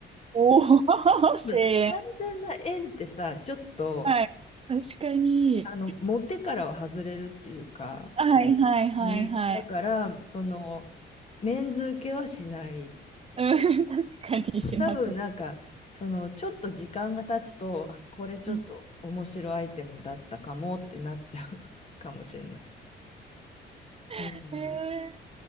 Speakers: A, on the right; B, on the left.
A: おー、<laughs>
B: ほら、
A: 声援。
B: 完全な円ってさ、ちょっと
A: はい。確かに。
B: あの持ってからは外れるっていうか、
A: はいはいはいはい。
B: ね、だから、その、メンズ受けはしないし、
A: うん、確かにしなそう。
B: 多分なんか、その、ちょっと時間が経つと、あ、これちょっと面白いアイテムだったかもってなっちゃう
A: うん。
B: <laughs> かもしれない。うん。
A: え